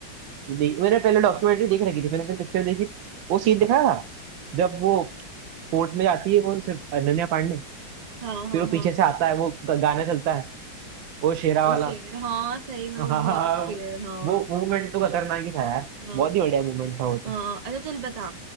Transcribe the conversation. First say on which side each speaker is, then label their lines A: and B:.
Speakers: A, on the right; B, on the right.
A: देख, मैंने पहले डॉक्यूमेंट्री देख रखी थी मैंने फिर पिक्चर देखी वो सीन दिखा था जब वो कोर्ट में जाती है वो सिर्फ अनन्या पांडे
B: हाँ हाँ
A: फिर वो पीछे
B: हाँ
A: से आता है वो ग- गाना चलता है वो शेरा
B: वो
A: वाला
B: शेर हाँ सही
A: <laughs>
B: में
A: हाँ
B: वो
A: हाँ
B: बहुत
A: हाँ,
B: अच्छी है हाँ
A: वो मूवमेंट तो खतरनाक ही था यार
B: हाँ
A: बहुत ही बढ़िया मूवमेंट था वो तो
B: हाँ अच्छा चल बता